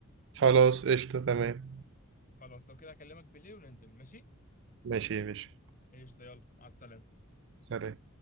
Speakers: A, on the right (about 60°); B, on the left (about 40°).
A: خلاص قشطه تمام
B: خلاص لو كده هكلمك بالليل وننزل ماشي
A: ماشي يا باشا
B: قشطة يلا على السلامة
A: سلام